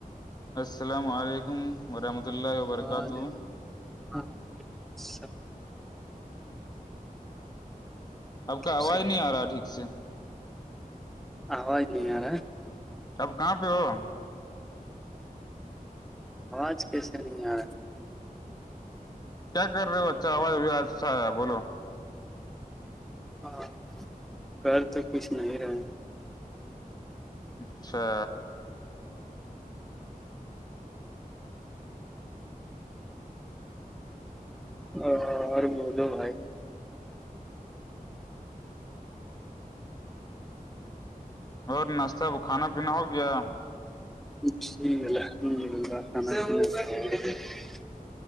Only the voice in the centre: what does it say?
وعلیکم السلام
کیسے
ہو
آواز نہیں یارا
آج کیسے نہیں آ رہا ہے
ہے کر تو کچھ نہیں رہے
ہ اور ب دوو بھائی
ٹھیک ہے الحمد للہان